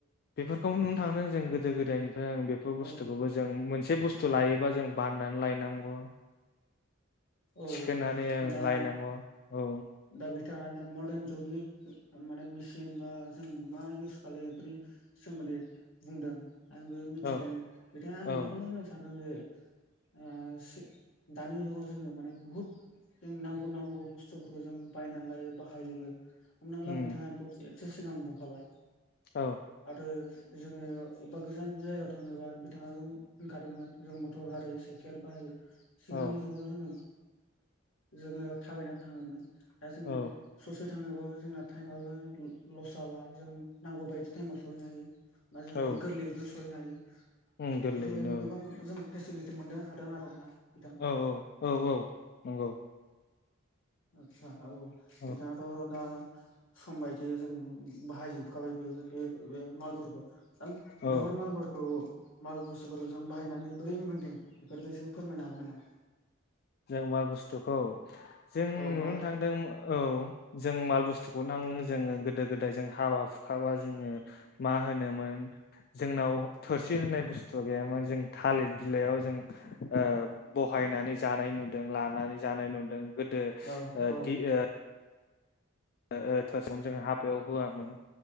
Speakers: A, on the left (about 50°); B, on the left (about 75°).
A: बेफोरखौ नुनो थांदों जों गोदो गोदायनिफ्राय आं बेफोर
B: औ
A: बुस्थुखौबो जों मोन से बुस्थु लायोबा जों बाननानै लायनांगौ।
B: औ
A: थिखोनानै ओं
B: दा
A: लायनांगौ औ
B: दा बे बिथाङा दा मर्डान जुगनि माने मेसिन बा जों मा इउस खालामो बेफोरनि सोमोन्दै <unintelligible> बुंदों आंबो मिथिदों
A: औ
B: बिथाङा आं
A: औ
B: बेखौनो होनो सानदों जे आ ओ दानि जुगाव जोङो माने बुहुत जों नांगौ नांगौ बुस्थुफोरखौ जों बायनानै लायो बाहायोबो। हमना
A: उम
B: ला बिथाङाथ एसे सिगां बुंखाबाय
A: औ
B: आरो जोङो अबेबा गोजान जायगायाव थांनोबा बिथाङाबो होनखादोंमोन जों मटर गारि साइकेल बाहायो। सिगांनि
A: औ
B: जुगाव जोङो जोङो थाबायनानै थाङोमोन। दा जोङो
A: औ
B: ससे थांनोबाबो जोंना टाइमाबो लस जाला जों नांगौ बायदि टाइमाव सहैनो हायो बा जोङो
A: औ
B: गोरलैयैनो सहैनो हायो।
A: उम गोरलैयैनो
B: बेफोरबायदिनो गोबां जों फेसिलिटि मोननो हादों आरोना नोंथां।
A: औ औ औ औ नंगौ।
B: आतसा औ औ
A: औ
B: नोंथाङाथ' दा सम बायदि जों बाहायजोबखाबायबो बे बे बे मालफोरखौ आं
A: औ
B: बेफोर मालफोरखौ माल बुस्थुफोरखौ जों बाहायनानै बोरै मोन्दों बेफोरखौसो फोरमायनो हागोन नामा?
A: जों मा बुस्थुखौ जों नुनो
B: औ बाहाय
A: थांदों औ। जों माल बुस्थुखौ नों जोङो गोदो गोदाय जों हाबा हुखाबा जोङो मा होनोमोन जोंनाव थोरसि होननाय बुस्थु गैयामोन जों थालिर बिलाइयाव जों ओ बहायनानै जानाय नुदों लानानै जानाय नुदों गोदो
B: औ
A: ओ
B: औ
A: दि ओ ओ ओ थोसन जोङो हाब बेयाव होआमोन